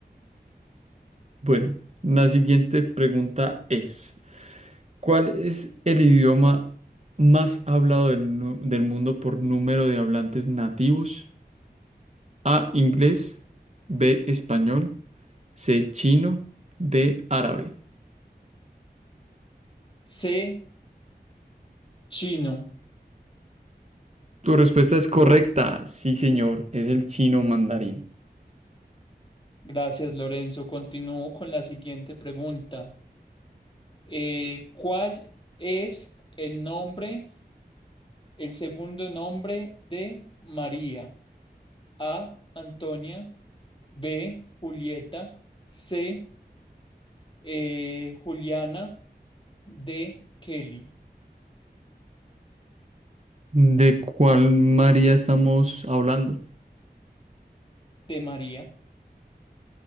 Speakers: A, on the right (about 40°); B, on the left (about 30°).
A: Bueno, la siguiente pregunta es, ¿cuál es el idioma más hablado del, nu- del mundo por número de hablantes nativos? A, inglés, B, español, C, chino, D, árabe.
B: C, chino.
A: Tu respuesta es correcta, sí señor, es el chino mandarín.
B: Gracias, Lorenzo. Continúo con la siguiente pregunta. Eh, ¿cuál es el nombre, el segundo nombre de María? A. Antonia. B. Julieta. C. eh, Juliana. D. Kelly.
A: ¿De cuál María estamos hablando?
B: De María.